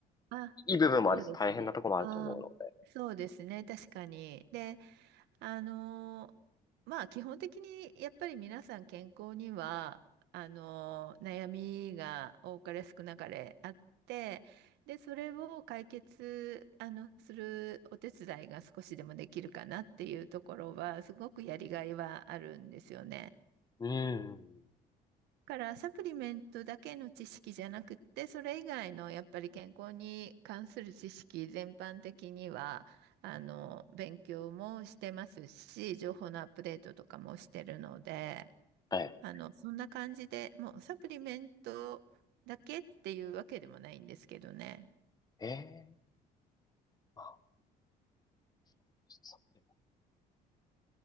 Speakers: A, on the right; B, on the left.
A: あ、
B: いい部分もありつつ大変なところもあると思うの
A: そうですね。あー、そうですね。確かに。で、あのーまあ基本的にやっぱり皆さん健康にはあのー悩みが多かれ少なかれあってでそれを解決あのするお手伝いが少しでもできるかなっていうところはすごくやりがいはあるんですよね。
B: うん。
A: からサプリメントだけの知識じゃなくって、それ以外のやっぱり健康に関する知識全般的には、あの、勉強もしてますし、情報のアップデートとかもしてるので、
B: はい。
A: あの、そんな感じで、もうサプリメントだけっていうわけでもないんですけどね。
B: ええまあ、なんか、サプリメント